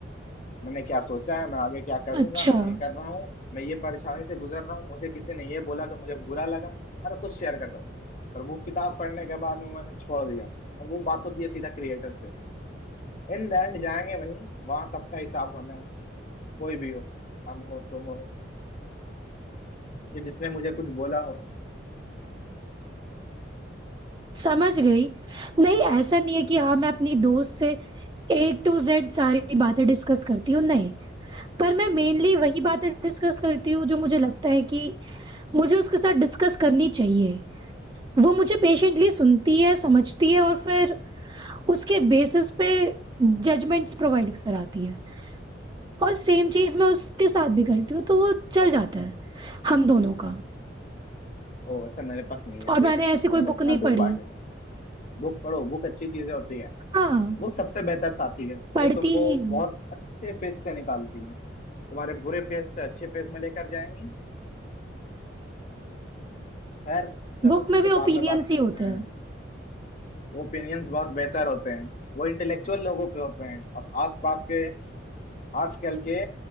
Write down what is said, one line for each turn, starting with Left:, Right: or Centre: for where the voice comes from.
Left: मैंने क्या सोचा है मैं आगे क्या करूंगा
Right: अच्छा
Left: मैं ये कर रहा हूँ मैं ये परेशानी से गुजर रहा हूँ मुझे किसी ने ये बोला तो मुझे बुरा लगा हर कुछ शेयर करता था पर वो किताब पढ़ने के बाद वो मैंने छोड़ दिया अब वो बात होती है सीधा क्रिएटर से इन द एंड जाएंगे भाई वहां सबका हिसाब होना है कोई भी हो हम हो तुम हो ये जिसने मुझे कुछ बोला हो
Right: समझ गई नहीं ऐसा नहीं है कि हाँ मैं अपनी दोस्त से ए टू जेड सारी बातें डिस्कस करती हूँ नहीं पर मैं मेनली वही बातें डिस्कस करती हूँ जो मुझे लगता है कि मुझे उसके साथ डिस्कस करनी चाहिए वो मुझे पेशेंटली सुनती है समझती है और फिर उसके बेसिस पे जजमेंट्स प्रोवाइड कराती है और सेम चीज मैं उसके साथ भी करती हूँ तो वो चल जाता है हम दोनों का
Left: ओ ऐसा मेरे पास नहीं है
Right: और
Left: कोई
Right: मैंने
Left: जिससे
Right: ऐसी कोई
Left: मैं
Right: बुक
Left: इतना
Right: नहीं
Left: दुख
Right: पढ़ी
Left: बांटे बुक पढ़ो बुक अच्छी चीजें होती है
Right: हाँ
Left: बुक सबसे बेहतर साथी है
Right: पढ़ती
Left: वो तुमको
Right: ही हूँ
Left: बहुत अच्छे फेस से निकालती है तुम्हारे बुरे फेस से अच्छे फेस में लेकर जाएंगी खैर चलो
Right: बुक
Left: तुमसे
Right: में भी ओपिनियंस
Left: बाद में बात करते
Right: ही होते
Left: हैं
Right: हैं
Left: ओपिनियंस बहुत बेहतर होते हैं वो इंटेलेक्चुअल लोगों पे होते हैं और आसपास के आजकल के